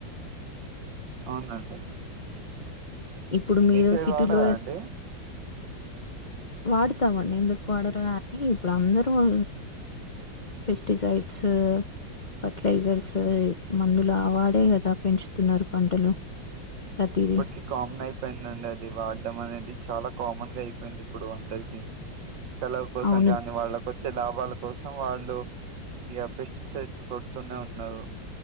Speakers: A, on the right (about 70°); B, on the left (about 50°).
A: అవునండి.
B: ఇప్పుడు
A: మీ
B: మీరు
A: సైడ్
B: సిటీలో
A: వాడా అండి <inaudible>
B: వాడతామండి ఎందుకు వాడరు అంటే ఇప్పుడు అందరూఆ పెస్టిసైడ్స్ ఆ ఫర్టిలైజర్స్ మందులు ఆవాడే కదా పెంచుతున్నారు పంటలు ప్రతీదీ.
A: ఇప్పటికి కామన్ అయిపోయిందండి అది వాడం అనేది చాలా కామన్ గా అయిపోయింది ఇప్పుడు అందరికీ కలవ కోసం
B: అవును.
A: కానీ వాళ్ళక వచ్చే లాభాల కోసం వాళ్ళు ఈ అపేచ్ సెట్స్ కొడుతూనే ఉన్నారు